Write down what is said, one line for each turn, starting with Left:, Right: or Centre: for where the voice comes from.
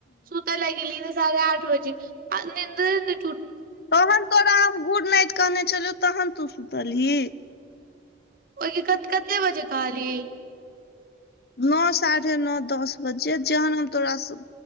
Right: सुतै ले गेलियै त साढ़े आठ बजे निन्द
Left: पवन तोरा हम गुडनाइट कहने छलियौ तखन तू सुतलही?
Right: ओहिके कते बजे कहली?
Left: नओ साढ़े नओ दस बजे, जेखन हम तोरासँ